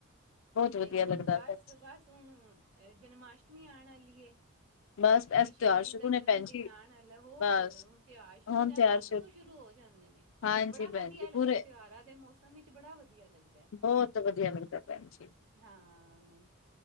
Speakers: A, on the left; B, on the right.
A: ਬਹੁਤ ਵਧੀਆ
B: ਤੇ ਹੁਣ
A: ਲੱਗਦਾ
B: ਬਸ-ਬਸ
A: ਭੈਣ ਜੀ
B: ਹੁਣ, ਅ ਜਨਮ ਆਸ਼ਟਮੀ ਆਣ ਆਲੀ ਏ ਕ੍ਰਿਸ਼ਨ
A: ਬਸ ਐਸ ਤਿਉਹਾਰ
B: ਜੀ
A: ਸ਼ੁਰੂ
B: ਦਾ
A: ਨੇ
B: ਜਨਮ
A: ਭੈਣ ਜੀ
B: ਦਿਨ ਆਣ ਆਲਾ ਏ। ਹੋਰ
A: ਬਸ
B: ਹੁਣ ਤਿਉਹਾਰ ਸ਼ੁਰੂ
A: ਹੁਣ
B: ਨੇ
A: ਤਿਉਹਾਰ
B: ਅਗਸ ਸਤ ਤੋਂ ਸ਼ੁਰੂ ਹੋ ਜਾਂਦੇ ਨੇ।
A: ਹਾਂਜੀ
B: ਬੜਾ
A: ਭੈਣ
B: ਵਧੀਆ
A: ਜੀ
B: ਲੱਗਦਾ,
A: ਪੂਰੇ
B: ਤਿਉਹਾਰਾਂ ਦੇ ਮੌਸਮ ਵਿੱਚ ਬੜਾ ਵਧੀਆ ਲੱਗਦੈ।
A: ਬਹੁਤ ਵਧੀਆ ਲਗਦਾ ਪੈਣ ਜੀ।
B: ਹਾਂ,